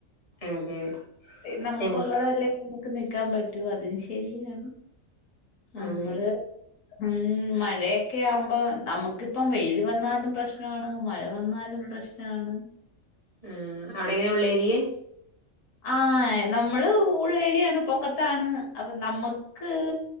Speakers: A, on the left; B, on the left.
A: അതെ
B: നമുക്ക്
A: ഞങ്ങ
B: ഒള്ളതല്ലേ നമുക്ക് നിക്കാൻ പറ്റു അതും ശരിയാണ് നമ്മള്
A: അതെ
B: ഉം മഴയൊക്കെ ആവുമ്പോ നമുക്കിപ്പം വെയ്ല് വന്നാലും പ്രശ്നമാണ് മഴ വന്നാലും പ്രശ്നം ആണ്
A: ഉം അവ്ടെങ്ങനെ ഉള്ളേരിയെ
B: ആഹ് നമ്മള് ഉള്ളേരിയാണ് പൊക്കത്താണ് അപ്പൊ നമ്മ ക്ക്